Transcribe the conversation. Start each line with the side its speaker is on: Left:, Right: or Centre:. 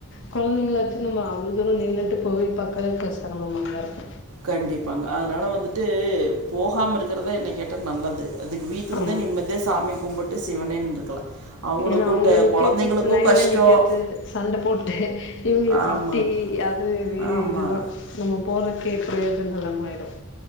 Left: கொழந்தைங்களாச்சும் நம்ம அவ்வளவு தூரம் நின்ட்டு போய் பக்கறது கஷ் <unintelligible>
Right: கண்டிப்பாங்க அதனால வந்துட்டு போகாம இருக்கிறதே என்னைய கேட்ட நல்லது அதுக்கு வீட்டிலேருந்து
Left: ஆமா
Right: நிம்மதியா சாமி கும்பிட்டு சிவனேன்னு இருக்கலாம் அவங்களுக்கூட்ட
Left: ஏன்னா அவங்கள நிக்க
Right: குழந்தைங்களுக்கும்
Left: வச்சு லைன்ல
Right: கஷ்டம்.
Left: நிக்க வச்சு சண்டை போட்டு இவங்கள
Right: ஆமாங்க.
Left: திட்டி அது
Right: ஆமா.
Left: இதுதான் நம்ம போறதுக்கே ப்ரோஜனம் இல்லாம ஆயிடும்